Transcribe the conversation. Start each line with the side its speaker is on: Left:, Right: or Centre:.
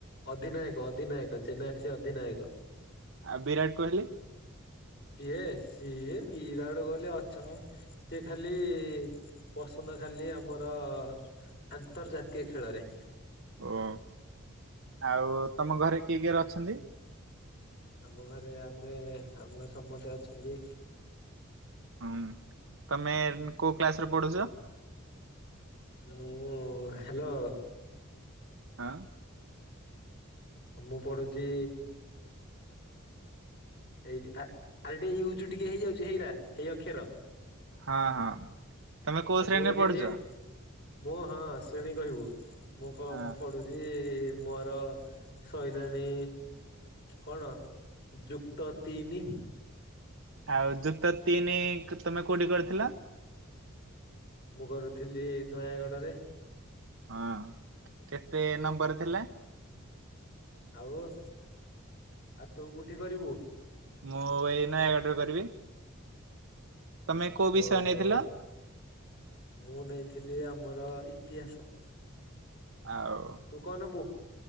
Left: ଅଧିନାୟକ ଅଧିନାୟକ ଚେନ୍ନାଇରେ ସେ ଅଧିନାୟକ।
Right: ଆଉ ବିରାଟ କୋହଲି?
Left: କିଏ ସିଏ ବିରାଡ କୋଇଲି ଅଛି ନା ସେଏ ଖାଲି ପସନ୍ଦ ଖାଲି ଆମର ଆନ୍ତର୍ଜାତୀୟ ଖେଳରେ।
Right: ଓ ଆଉ ତମ ଘରେ କିଏ କିଏରେ ଅଛନ୍ତି?
Left: ଆମ ଘରେ ଆମେ ଆମ ଘରେ ସମସ୍ତେ ଅଛନ୍ତି।
Right: ହୁଁ ତମେ କୋଉ କ୍ଲାସ ରେ ପଢୁଛ?
Left: ମୁଁ ହ୍ୟାଲୋ।
Right: ହଁ।
Left: ମୁଁ ପଢୁଛି ଏଇଠି ଆ ଟେ ଇଜ ଟିକେ ହେଇଯାଉଛି ହେଇରା ହେଇ ଅକ୍ଷର।
Right: ହଁ ହଁ। ତମେ କୋଉ
Left: ଆଉ
Right: ଶ୍ରେଣୀରେ
Left: ଟିକେ ଓଡିଆ
Right: ପଢୁଛ?
Left: ଟିକେ ମୁଁ ହଁ ସେମି କହିବୁ ମୁଁ କ
Right: ହଁ
Left: କରୁଛି ମୋର ସାରିଲାଣି କଣ? ଯୁକ୍ତ ତିନି।
Right: ଆଉ ଯୁକ୍ତ ତିନି ତମେ କୋଉଠି କରିଥିଲ?
Left: ମୁଁ କରୁଥିଲି ନୟାଗଡ ରେ।
Right: ହଁ କେତେ ନମ୍ବର ଥିଲା?
Left: ଆଉ ଆଉ ତୁ କୋଉଠି କରିବୁ?
Right: ମୁଁ ଏଇ ନଁ ଅର୍ଡର କରିବି, ତମେ କୋଉ
Left: ଓହୋ
Right: ବିଷୟ ନେଇଥିଲ?
Left: ମୁଁ ନେଇଥିଲି ଆମର ଇତିହାସ।
Right: ଆଉ।
Left: ତୁ କଣ ନବୁ?